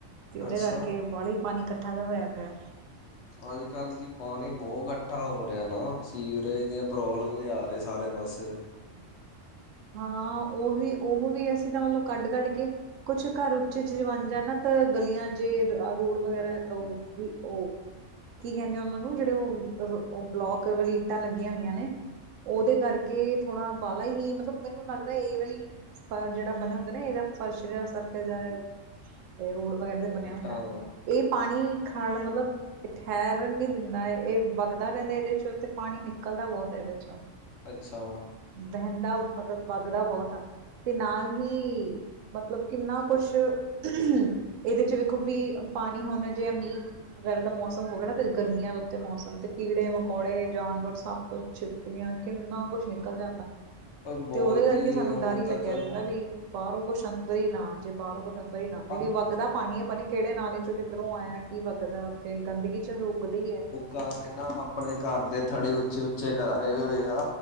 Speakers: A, on the right (about 80°); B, on the left (about 65°).
A: ਤੇ ਓਦੇ
B: ਅੱਛਾ
A: ਕਰਕੇ ਬਾਲ਼ਾ ਈ ਪਾਣੀ ਕੱਠਾ ਜਾ ਹੋਯਾ ਪਿਐ।
B: ਅੱਜ-ਕੱਲ੍ਹ ਜੀ ਪਾਣੀ ਬੋਤ ਕੱਠਾ ਹੋ ਰਿਐ ਨਾ, ਸੀਵਰੇਜ ਦੀਆਂ ਪ੍ਰੋਬਲਮ ਵੀ ਆ ਰਏ ਸਾਰੇ ਪਾਸੇ।
A: ਹਾਂ, ਓ ਵੀ, ਓਹ ਵੀ ਅਸੀਂ ਤਾਂ, ਮਤਲਬ ਕੱਢ-ਕੱਢ ਕੇ ਕੁਛ ਘਰ, ਉੱਚੇ ਜੇ ਬਣ ਜਾਣ ਨਾ ਤਾਂ ਗਲੀਆਂ ਜੇ ਆ ਰੋਡ ਵਗੈਰਾ ਓ ਬੀ ਓ ਕੀ ਕੈੰਦੇ ਓਨਾਂ ਨੂੰ ਜੇੜੇ ਓਹ ਅਹ ਬਲੋਕ ਵਾਲੀ ਇੱਟਾਂ ਲੱਗੀਆਂ ਹੋਈਆਂ ਨੇ? ਉਦੇ ਕਰਕੇ, ਥੋੜਾ ਬਾਲ਼ਾ ਹੀ ਮਤਲਬ- ਮੈਨੂੰ ਲੱਗਦੈ ਏ ਵਾਲੀ ਫ ਜੇੜਾ ਬਣੇਆ ਹੁੰਦੈ ਨਾ, ਇਹ ਫਰਸ਼ ਜਾ ਸਖਤ ਜੈਹਾ ਏ ਰੋਡ ਵਗੈਰਾ ਤੇ ਬਣਿਆ
B: ਇੱਟਾਂ
A: ਹੁੰਦੈ,
B: ਦਾ
A: ਏਹ ਪਾਣੀ ਖੜ ਮਤਲਬ ਏ ਠੈਰਣ ਨੀ ਦਿੰਦਾ, ਏ ਵਗਦਾ ਰੈੰਦਾ ਇਹਦੇ ਚੋਂ ਤੇ ਪਾਣੀ ਨਿਕਲਦਾ ਬੌਤ ਐਦੇ ਚੋਂ।
B: ਅੱਛਾ।
A: ਬੈਹੰਦਾ ਉਪਰ ਮਤਲਬ ਵੱਗਦਾ ਬਹੁਤ ਆ। ਤੇ ਨਾਲ ਹੀ ਮਤਲਬ ਕਿੰਨਾ ਕੁਛ, ਇਹਦੇ ਚ ਵੇਖੋ ਵੀ, ਪਾਣੀ ਹੁਣ ਜਿਹਾ ਮੀਂਹ ਵਗੈਰਾ ਦਾ ਮੌਸਮ ਹੋਵੇ ਨਾ, ਤੇ ਗਰਮੀਆਂ ਦੇ ਉੱਤੇ ਮੌਸਮ ਤੇ ਕੀੜੇ-ਮਕੌੜੇ, ਜਾਨਵਰ, ਸੱਪ, ਛਿਪ ਛੀਪਲੀਆਂ। ਕਿੰਨਾ ਕੁਛ ਨਿਕਲ ਜਾਂਦਾ
B: ਬਹੁਤ
A: ਤੇ, ਓਦੇ ਕਰਕੇ
B: ਜੀ
A: ਸਾਨੂੰ
B: ਹੁਣ
A: ਡਰ ਹੀ
B: ਤਾਂ
A: ਲੱਗਿਆ
B: ਚਲੋ
A: ਰਹਿੰਦਾ ਵੀ ਬਾਰੋਂ ਕੁਛ ਅੰਦਰ ਹੀ ਨਾ ਜੇ, ਬਾਰੋਂ ਕੁਛ ਅੰਦਰ ਹੀ ਨਾ ਆਵੇ,
B: ਅੱਧ
A: ਵੱਗਦਾ ਪਾਣੀ ਹੈ ਪਾਣੀ ਕੇਹੜੇ ਨਾਲੇ ਚ ਕਿੱਧਰੋ ਆਇਆ? ਕੀ ਵੱਗਦਾ ਉੱਥੇ, ਗੰਦਗੀ ਚ ਉੱਗਦੀ ਐ।
B: ਘਾਰ ਦੇ ਨਾਂ ਆਪਣੇ, ਘਰ ਦੇ ਥੜੇ ਉੱਚੇ -ਉੱਚੇ ਕਰਾਏ ਹੋਏ ਆ।